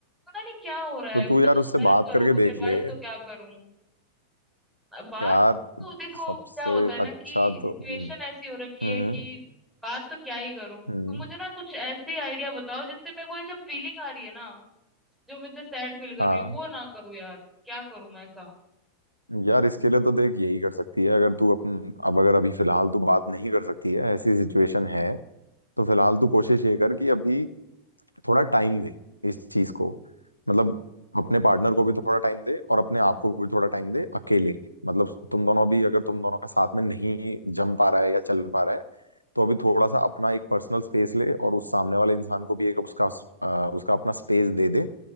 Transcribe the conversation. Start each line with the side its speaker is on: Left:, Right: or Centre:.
Centre: पता नहीं क्या हो रहा है
Left: तो
Centre: मुझे
Left: तू यार
Centre: कुछ
Left: उससे
Centre: हेल्प
Left: बात
Centre: करो
Left: करके
Centre: कुछ
Left: देख
Centre: एडवाइस
Left: ले
Centre: दो क्या करूं बात
Left: यार
Centre: तो देखो
Left: सबसे
Centre: क्या होता है ना
Left: अच्छा
Centre: कि सिचुएशन
Left: तो हम्म
Centre: ऐसी हो रखी
Left: हम्म
Centre: है कि
Left: हम्म
Centre: बात तो क्या ही करूं तो
Left: हम्म।
Centre: मुझे ना कुछ ऐसे आइडिया बताओ जिससे मेरे को ये जो फीलिंग आ रही है ना जो मैं इतना सैड फील कर
Left: हाँ
Centre: रही हूँ वो ना करूँ यार क्या करूं मैं ऐसा
Left: यार इसके लिए तो देख यही कर सकती है अगर तू अपन अब अगर अभी फिलहाल तू बात नहीं कर सकती है ऐसी सिचुएशन है तो फिलहाल तू कोशिश ये कर कि अभी थोड़ा टाइम दे इस चीज को मतलब अपने पार्टनर को भी थोड़ा टाइम दे और अपने आप को भी थोड़ा टाइम दे अकेले मतलब तुम दोनों भी अगर तुम दोनों का साथ में नहीं जम पा रहा है या चल पा रहा है तो अभी थोड़ा सा अपना एक पर्सनल स्पेस ले और उस सामने वाले इंसान को भी एक उसका अ, उसका अपना स्पेस दे दे